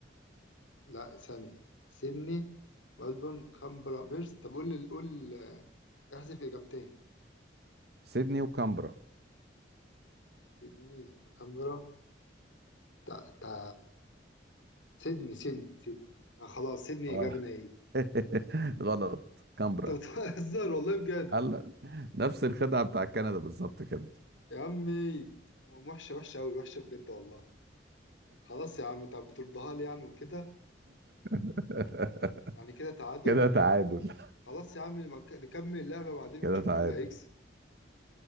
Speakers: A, on the left (about 90°); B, on the right (about 55°).
A: لا ثانية سيدني ملبورن كامبرا بيرث طب قول لي قول آه، احذف اجابتين
B: سيدني وكامبرا
A: سيدني وكامبرا تا تا سيدني سيدني سيدني انا خلاص سيدني
B: آه.
A: اجابة نهائية <laughs>
B: <laughs> اه غلط كامبرا
A: انت بتهزر والله بجد
B: هلا نفس الخدعة بتاع كندا بالظبط كده
A: يا عمي وحشة وحشة قوي وحشة بجد والله خلاص يا عم طب بتردها لي يعني وكده
B: <laughs>
A: يعني كده تعادل
B: كده تعادل
A: خلاص يا عم نبقى نكمل اللعبة بعدين ونشوف
B: <laughs> كده تعادل
A: مين اللي هيكسب